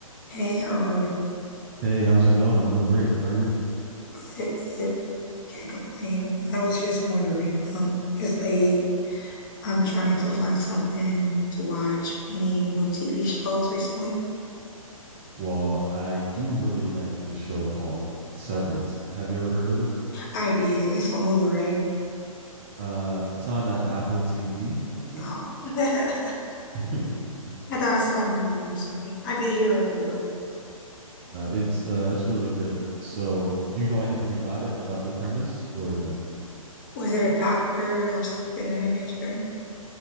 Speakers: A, on the left; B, on the right.
A: Hey, how are you?
B: Hey, how's it going? I'm doing great. How are you?
A: Good, good. Can't complain. I was just wondering, um, it's late. I'm trying to find something to watch. Any new TV shows recently?
B: Well, I do really like this show called Severance. Have you ever heard of it?
A: I did. It's on Hulu, right?
B: Uh, it's on uh, Apple TV, I think.
A: Oh. <laughs>
B: <laughs>
A: I thought I saw it on Hulu. I'm sorry. I did hear of it though.
B: No, it's uh, it's really good. So, do you know anything about it, about the premise, or no?
A: Was it a doctor or something in that nature?